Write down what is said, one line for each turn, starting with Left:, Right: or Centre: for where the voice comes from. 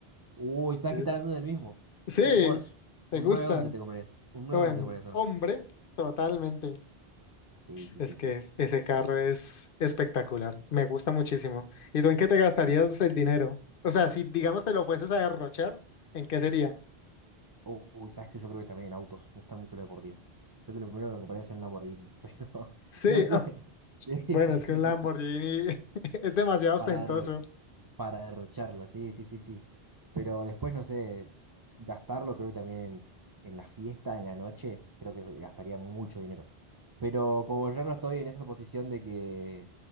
Right: Uy, ¿sabes
Left: Sí,
Right: que estás hablando del mismo?
Left: Sí,
Right: Un Porsche.
Left: me
Right: Un
Left: gusta.
Right: nueve once te comprarías. Un nueve
Left: Bueno,
Right: once te comprarías, ¿o
Left: hombre,
Right: no?
Left: totalmente.
Right: Sí, sí,
Left: Es
Right: sí,
Left: que
Right: sí.
Left: ese carro es espectacular, me gusta muchísimo. ¿Y tú en qué te gastarías el dinero? O sea, si digamos te lo fueses a derrochar, ¿en qué sería?
Right: Oh, Uy, sabes que yo creo que también en autos. Me gustan mucho los deportivos. Creo que lo primero que me compraría es un Lamborghini, <laughs> pero
Left: Sí,
Right: no sé.
Left: ah,
Right: <laughs> Sí,
Left: bueno,
Right: sí,
Left: es que
Right: sí.
Left: un
Right: sí.
Left: Lamborghini <laughs> es demasiado
Right: Para
Left: ostentoso.
Right: derro- para derrocharlo, sí, sí, sí, sí. Pero después, no sé, gastarlo creo que también en, en la fiesta, en la noche, creo que gastaría mucho dinero. Pero como yo no estoy en esa posición de que,